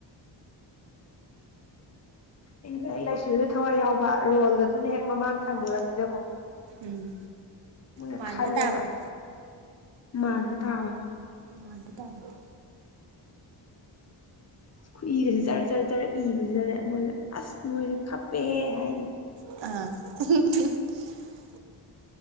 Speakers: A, on the left; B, on the right.
A: ꯑ ꯂꯥꯏꯔꯤꯛ ꯂꯥꯏꯁꯨꯗ ꯊꯋꯥꯏ ꯌꯥꯎꯕ ꯔꯣꯜꯒꯗꯨꯅ ꯍꯦꯛ ꯃꯃꯥꯡ ꯊꯪꯉꯨꯨꯔꯕꯅꯤꯅꯀꯣ
B: ꯎꯝ
A: ꯃꯣꯏꯅ
B: ꯃꯥꯟꯕ
A: ꯈꯜꯂꯦꯕ
B: ꯇꯥꯕꯅꯤ
A: ꯃꯥꯟꯕ ꯇꯥꯕꯅꯦ
B: ꯃꯥꯟꯕ ꯇꯥꯕꯅꯤ
A: ꯈꯨꯏꯒꯁꯤ ꯖꯔ ꯖꯔ ꯆꯔ ꯏꯕꯁꯤꯗꯅꯦ ꯃꯣꯏꯗ ꯑꯁ ꯃꯣꯏꯁꯦ ꯈꯞꯄꯦꯍꯦ ꯍꯥꯏꯗꯤ
B: ꯑ